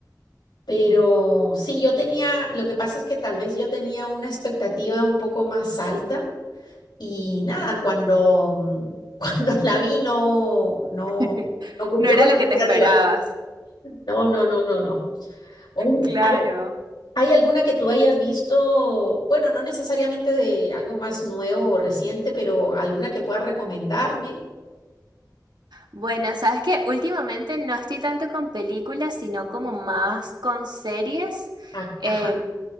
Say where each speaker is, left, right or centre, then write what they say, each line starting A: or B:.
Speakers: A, on the left; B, on the right.
A: pero sí, yo tenía, lo que pasa es que tal vez yo tenía una expectativa un poco más alta y nada, cuando, mm, <laughs> cuando la vi no, no,
B: <laughs>
A: no cumplió
B: No era
A: con
B: lo
A: la expectativa.
B: que te esperabas.
A: No, no, no, no, no. Oye,
B: Claro.
A: ¿hay, hay alguna que tú hayas visto, bueno, no necesariamente de algo más nuevo o reciente, pero alguna que puedas recomendarme?
B: Bueno, sabes que últimamente no estoy tanto con películas, sino como más con series.
A: Ah,
B: Em,
A: Ajá.